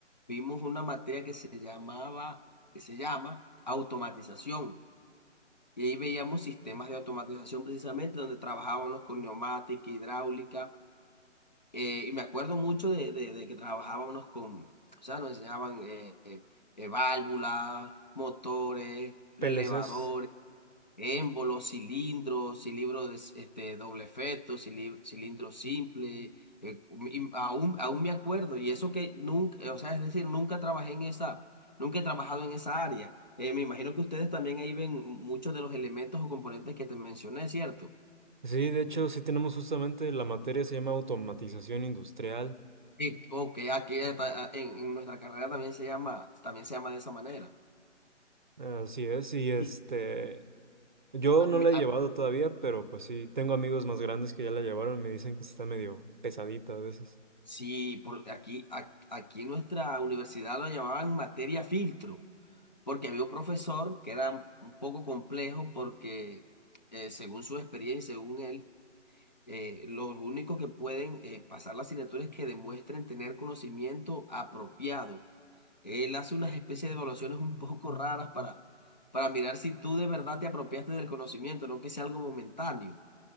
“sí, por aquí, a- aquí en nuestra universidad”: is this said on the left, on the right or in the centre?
Left